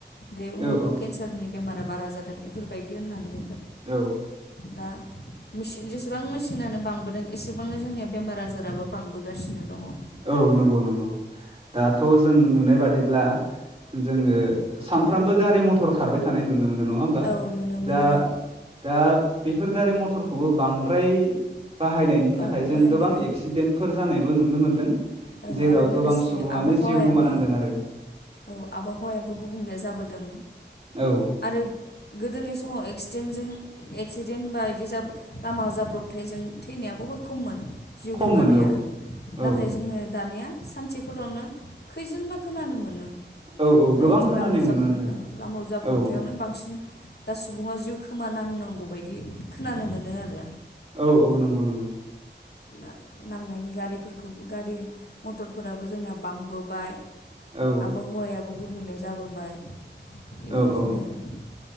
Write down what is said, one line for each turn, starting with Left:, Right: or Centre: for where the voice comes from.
Left: दे उमुगाव
Right: औ
Left: केन्सारनि बेमारा बारा जादों बेफोरबायदि होननानै
Right: औ
Left: दा मेसिन जेसेबां मेसिनानो बांबोदों एसेबांनो जोंनिया बेमार आजाराबो बांबोगासिनो दङ।
Right: औ नंगौ नंगौ दाथ' जों नुनाय बादिब्ला जोङो
Left: औ
Right: सामफ्रामबो गारि मथर खारबाय थानाय नुनो। मोनो नङा होमबा
Left: औ नुनो मोनो
Right: दा
Left: औ
Right: दा बेफोर गारि मथरखौबो बांद्राय बाहायनायनि थाखाय
Left: औ
Right: जों
Left: बाहायनो
Right: गोबां
Left: थाखाय
Right: एक्सिडेन्टफोर जानायबो नुनो मोन्दों।
Left: औ
Right: जेराव
Left: आरो लोगोसे
Right: गोबां सुबुङानो
Left: आबहावायाबो
Right: जिउ गोमानांदों आरो।
Left: औ आबहावायाबो गुबुंले जाबोदों
Right: औ
Left: आरो गोदोनि समाव एक्सिडेन्टजों एक्सिडेन्ट बा बिदि जाब लामा जाब्रबथायजों थैनाया बहुद खममोन। जिउ
Right: खममोन
Left: गोमानाया
Right: औ औ
Left: नाथाय जोङो दानिया सानसेफोरावनो खैजोनबा खोनानो मोनो। दाय
Right: औ औ गोबां
Left: बिदि
Right: खोनानाय
Left: लामा
Right: मोनो
Left: जाब्र
Right: आरो
Left: लामा जाब्रबथायावनो
Right: औ
Left: बांसिन दा सुबुङा जिउ खोमानांनांगौ बायदि खोनानो मोनो आरो।
Right: औ औ नंगौ नंगौ।
Left: दा नांनायनि गारिफोरखौ गारि मटरफोराबो जोंनिया बांबोबाय।
Right: औ
Left: आबहावायाबो गुबुंले जाबोबाय। बेबायदिनो
Right: औ औ
Left: आरो।